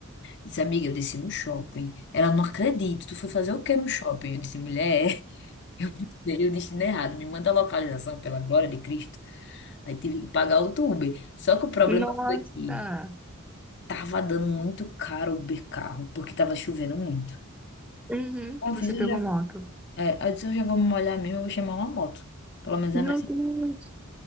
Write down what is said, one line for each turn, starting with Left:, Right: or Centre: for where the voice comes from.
Left: eu disse, amiga, eu desci no shopping. Ela, não acredito, tu foi fazer o que no shopping? Eu disse, mulher, <laughs> eu dei o destino errado, me manda a localização, pela glória de Cristo. Aí tive que pagar outro Uber. Só que o problema
Centre: Nossa,
Left: foi que Tava dando muito caro o Uber carro, porque tava chovendo muito.
Centre: uhum,
Left: Aí Eu
Centre: você
Left: fiz, eu
Centre: pegou
Left: já,
Centre: moto.
Left: é, aí eu disse, eu já vou me molhar mesmo, eu vou chamar uma moto. Pelo menos
Centre: Meu
Left: é mais.
Centre: Deus,